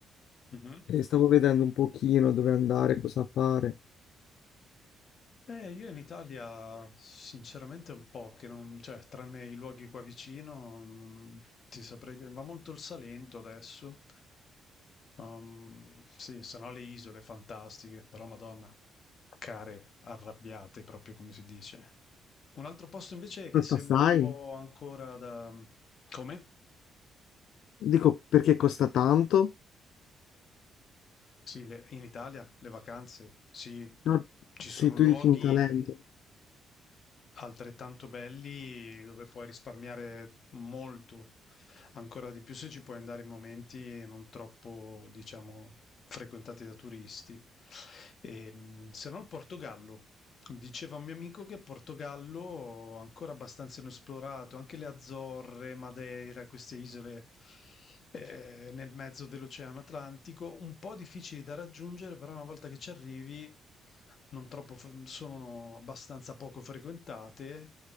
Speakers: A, on the left; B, on the left.
A: Mhm.
B: e stavo vedendo un pochino dove andare, cosa fare.
A: Beh, io in Italia sinceramente un po' che non, cioè, tranne i luoghi qua vicino, non ti saprei dire, va molto il Salento adesso. Um, sì, sono le isole fantastiche, però Madonna, care arrabbiate proprio come si dice. Un altro posto invece che
B: Aspetta,
A: sembra
B: sai?
A: un po' ancora da... Come?
B: Dico perché costa tanto?
A: Sì, le- in Italia le vacanze, sì,
B: Ah,
A: ci
B: sì,
A: sono
B: tu
A: luoghi
B: dici in talento.
A: altrettanto belli dove puoi risparmiare molto, ancora di più se ci puoi andare in momenti non troppo, diciamo, frequentati da turisti. Ehm, se no il Portogallo. Mi diceva un mio amico che il Portogallo ancora abbastanza inesplorato, anche le Azzorre, Madeira, queste isole eh, nel mezzo dell'Oceano Atlantico, un po' difficili da raggiungere, però una volta che ci arrivi non troppo, fre- sono abbastanza poco frequentate